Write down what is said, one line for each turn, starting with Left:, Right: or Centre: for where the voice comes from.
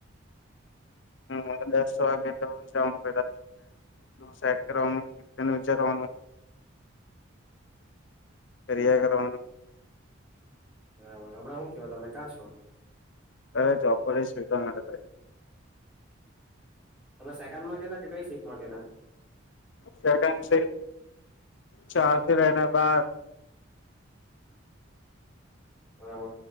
Left: હ દસ વાગે એટલે જવાનું લે કરવાનું વિચારવાનું ફરી
Centre: હમ
Left: કરરનું
Centre: બરાબર હમણા શું કે તમે ક્યા છો
Left: કરે જબ કરી સ્વીકારના ત
Centre: હા સેકન્ડમાંગેલા કે કઈ શી મગલા
Left: સેકન્ડ ચારથી રહેના બાદ
Centre: હબ